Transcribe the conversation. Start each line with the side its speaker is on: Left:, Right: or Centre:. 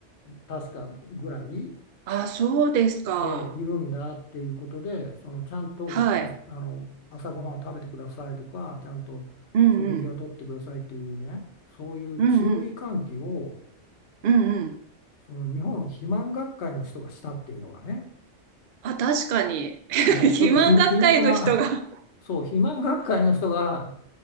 Left: 確かぐらい。
Right: あ、そうですか。
Left: えーいるんだっていうことでそのちゃんとごあ、
Right: はい。
Left: あの朝ごはんを食べてくださいとかちゃんと食事はとってくださいっていうねそういう注意喚起を
Right: うんうん。うんうん。うんうん。
Left: その日本肥満学会の人がしたっていうのがね、
Right: あ、確かに。<laughs>
Left: ねちょっとひ皮肉な
Right: 肥満学会の人が
Left: <laughs> そう肥満学会の人が